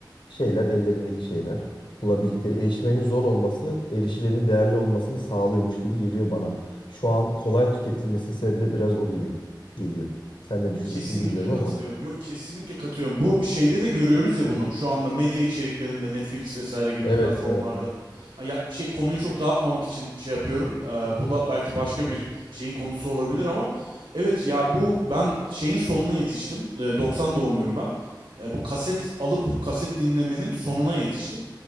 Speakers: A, on the left (about 85°); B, on the right (about 85°).
A: şeyler, ellerindeki şeyler. Bulabildikleri erişmenin zor olması, erişilenin değerli olmasını sağlıyormuş gibi geliyor bana. Şu an kolay tüketilmesinin sebebi de biraz o gibi geliyor. Sen ne düşünüyorsun
B: Kesinlikle
A: bilmiyorum
B: katılıyorum.
A: ama.
B: Yok kesinlikle katılıyorum. Bu şeyde de görüyoruz ya bunu. Şu anda medya içeriklerinde Netflix vesaire gibi
A: Evet,
B: platformlarda.
A: evet.
B: Ha, ya, şey konuyu çok dağıtmamak için şey yapıyorum. Ee,
A: Hı hı.
B: bu da belki başka bir şeyin konusu olabilir ama evet ya bu ben şeyin sonuna yetiştim. Ee, 90 doğumluyum ben. Ee, bu kaset alıp kaset dinlemenin sonuna yetiştim.